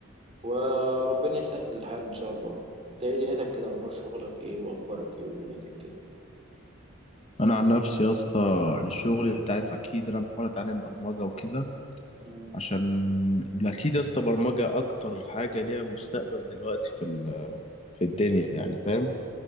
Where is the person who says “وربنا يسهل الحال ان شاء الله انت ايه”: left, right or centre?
Right